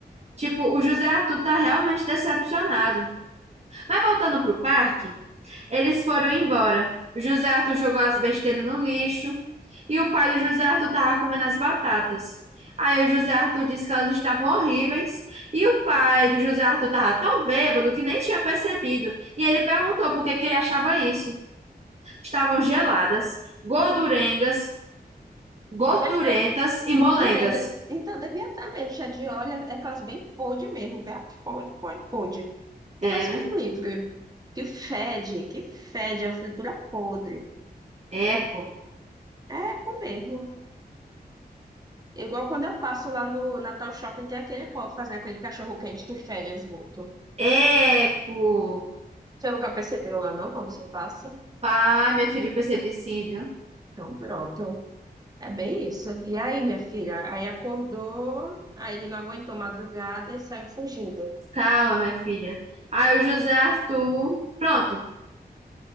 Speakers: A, on the right (about 40°); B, on the right (about 25°).
A: Tipo, o José Arthur tá realmente decepcionado. Mas voltando pro parque, Eles foram embora. O José Arthur jogou as besteiras no lixo e o pai do José Arthur estava comendo as batatas. Aí o José Arthur disse que elas estavam horríveis e o pai do José Arthur estava tão bêbado que nem tinha percebido. E ele perguntou por que que ele achava isso. Estavam geladas, gordurengas, gordurentas
B: Deve ter
A: e
B: gordurenta.
A: molengas.
B: Então, devia estar mesmo. Chá de óleo é aquelas bem podre mesmo, velho. Podre, podre, podre.
A: É,
B: Deus
A: né?
B: me livre. Que fede, que fede, é uma fritura podre.
A: Eco.
B: É com mesmo. Igual quando eu passo lá no Natal Shopping, tem aquele povo fazendo aquele cachorro quente que fede a esgoto.
A: Eco.
B: Você nunca percebeu lá, não, quando você passa?
A: Pai, minha filha, eu percebi sim, viu?
B: Então, pronto. É bem isso. E aí, minha filha? Aí acordou, aí ele não aguentou madrugada e saiu fugindo.
A: Calma, minha filha. Aí o José Arthur. Pronto,